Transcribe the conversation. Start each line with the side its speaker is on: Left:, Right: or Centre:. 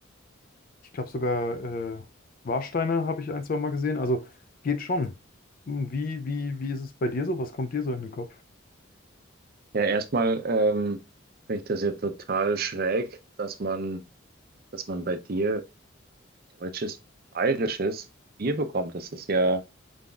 Left: ich glaube sogar äh, Warsteiner habe ich ein, zwei Mal gesehen. Also geht schon. Hm, Wie, wie, wie ist es bei dir so? Was kommt dir so in den Kopf?
Right: Ja, erstmal ähm, finde ich das ja total schräg, dass man, dass man bei dir deutsches, bayerisches Bier bekommt. Das ist ja,